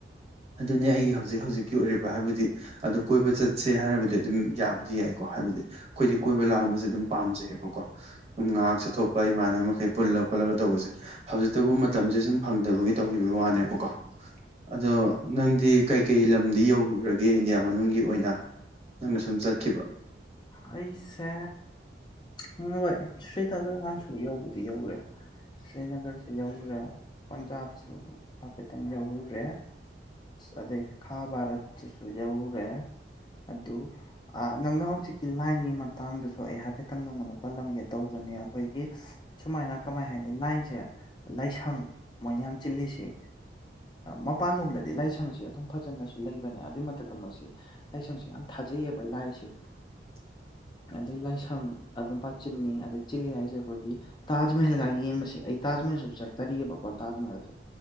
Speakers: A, on the right; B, on the left.
A: ꯑꯗꯨꯅꯦ ꯑꯩꯒꯤ ꯍꯧꯖꯤꯛ ꯍꯧꯖꯤꯛꯀꯤ ꯑꯣꯏꯔꯤꯕ ꯍꯥꯏꯕꯗꯤ ꯑꯗꯨ ꯀꯣꯏꯕ ꯆꯠꯁꯦ ꯍꯥꯏꯕꯨꯗꯤ ꯑꯗꯨꯝ ꯌꯥꯕꯨꯗꯤ ꯌꯥꯏꯀꯣ ꯍꯥꯏꯕꯗꯤ ꯑꯩꯈꯣꯏꯗꯤ ꯀꯣꯏꯕ ꯂꯥꯡꯕꯁꯦ ꯑꯗꯨꯝ ꯄꯥꯝꯖꯩꯌꯦꯕꯀꯣ ꯉꯥꯏꯍꯥꯛ ꯆꯠꯊꯣꯛꯄ ꯏꯃꯥꯟꯅꯕ ꯃꯈꯩ ꯄꯨꯜꯂ ꯈꯣꯠꯂꯒ ꯇꯧꯕꯁꯦ ꯍꯧꯖꯤꯛꯇꯕꯨ ꯃꯇꯝꯁꯦ ꯁꯨꯝ ꯐꯪꯗꯕꯒꯤ ꯇꯧꯈꯤꯕꯒꯤ ꯋꯥꯅꯦꯕꯀꯣ ꯑꯗꯣ ꯅꯪꯗꯤ ꯀꯩꯀꯩ ꯂꯝꯗꯤ ꯌꯧꯔꯨꯔꯒꯦ ꯏꯟꯗꯤꯌꯥ ꯃꯅꯨꯡꯒꯤ ꯑꯣꯏꯅ ꯅꯪꯅ ꯁꯨꯝ ꯆꯠꯈꯤꯕ
B: ꯑꯩꯁꯦ ꯑꯝ <unintelligible> ꯌꯧꯕꯗꯤ ꯌꯧꯔꯦ ꯁ꯭ꯔꯤꯅꯒꯔꯁꯨ ꯌꯧꯔꯨꯔꯦ ꯄꯟꯖꯥꯕꯁꯨ ꯍꯥꯏꯐꯦꯠꯇꯪ ꯌꯧꯔꯨꯔꯦ ꯑꯗꯩ ꯈꯥ ꯚꯥꯔꯠꯁꯨ ꯌꯧꯔꯨꯔꯦ ꯑꯗꯨ ꯑ ꯅꯪꯅ ꯍꯧꯖꯤꯛ ꯂꯥꯏꯟꯒꯤ ꯃꯇꯥꯡꯗꯨꯁꯨ ꯑꯩ ꯍꯥꯏꯐꯦꯠꯇꯪ ꯅꯪꯉꯣꯟꯗ ꯄꯜꯂꯝꯒꯦ ꯇꯧꯕꯅꯦ ꯑꯩꯈꯣꯏꯒꯤ ꯁꯨꯃꯥꯏꯅ ꯀꯃꯥꯏ ꯍꯥꯏꯅꯤ ꯂꯥꯏꯟꯁꯦ ꯂꯥꯏꯁꯪ ꯃꯣꯏꯅ ꯌꯥꯝ ꯆꯤꯜꯂꯤꯁꯤ ꯃꯄꯥꯟꯂꯣꯝꯗꯗꯤ ꯂꯥꯏꯁꯪꯁꯦ ꯑꯗꯨꯝ ꯐꯖꯅꯁꯨ ꯂꯩꯕꯅꯦ ꯑꯗꯨꯏ ꯃꯊꯛꯇ ꯃꯣꯏꯁꯤ ꯂꯥꯏꯁꯪꯁꯤ ꯌꯥꯝ ꯊꯥꯖꯩꯑꯕ ꯂꯥꯏ ꯁꯤ
A: <inaudible>
B: ꯑꯗꯩ ꯂꯥꯏꯁꯪ ꯑꯗꯨꯝ ꯐꯖꯅ ꯆꯤꯟꯅꯤ ꯑꯗꯩ ꯆꯤꯜꯂꯤ ꯍꯥꯏꯁꯦ ꯑꯩꯈꯣꯏꯒꯤ ꯇꯥꯖ ꯃꯍꯜꯒꯥꯏ ꯌꯦꯡꯕꯁꯦ ꯑꯩ ꯇꯥꯖ ꯃꯍꯜꯁꯨ ꯆꯠꯇꯔꯤꯕꯀꯣ ꯇꯥꯖ ꯃꯍꯜꯁꯦ